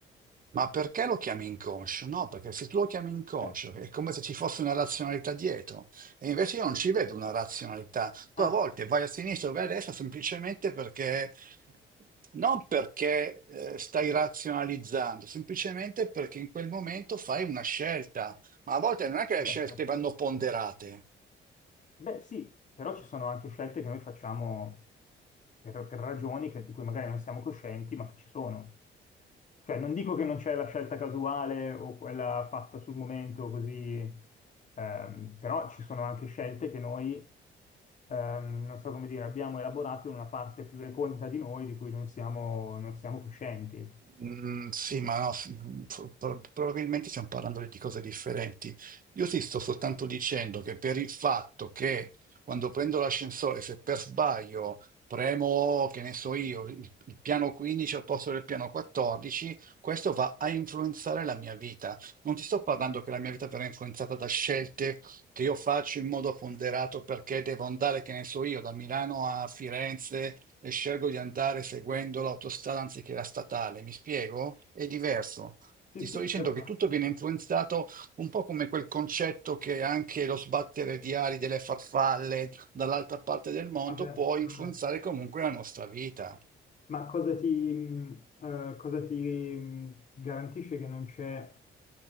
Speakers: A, on the right; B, on the left.
A: Ma perché lo chiami inconscio? No, perché se tu lo chiami inconscio
B: Eh,
A: è come se ci fosse una razionalità dietro. E invece io non ci vedo una razionalità. Tu
B: ah,
A: a volte vai a sinistra o vai a destra semplicemente perché, non perché eh, stai razionalizzando, semplicemente perché in quel momento fai una scelta. Ma a volte non è che le
B: beh,
A: scelte vanno ponderate.
B: Beh, sì, però ci sono anche scelte che noi facciamo per, per ragioni che- di cui magari non siamo coscienti, ma che ci sono. Cioè, non dico che non c'è la scelta casuale o quella fatta sul momento così, ehm, però ci sono anche scelte che noi, ehm, non so come dire, abbiamo elaborato in una parte più recondita di noi di cui non siamo, non siamo coscienti.
A: Mm, sì, ma no, sì, mm, pro- pro- probabilmente stiamo parlando di cose differenti. Io ti sto soltanto dicendo che per il fatto che quando prendo l'ascensore, se per sbaglio premo, che ne so io, il, il piano 15 al posto del piano 14, questo va a influenzare la mia vita. Non ti sto parlando che la mia vita verrà influenzata da scelte che io faccio in modo ponderato perché devo andare, che ne so io, da Milano a Firenze e scelgo di andare seguendo l'autostrada anziché la statale. Mi spiego? È diverso.
B: Sì,
A: Ti
B: sì,
A: sto dicendo
B: certo.
A: che tutto viene influenzato un po' come quel concetto che anche lo sbattere di ali delle farfalle dall'altra parte del mondo
B: Vabbè,
A: può
B: sicuramente.
A: influenzare comunque la nostra vita.
B: Ma cosa ti, mh, eh, cosa ti mh, garantisce che non c'è,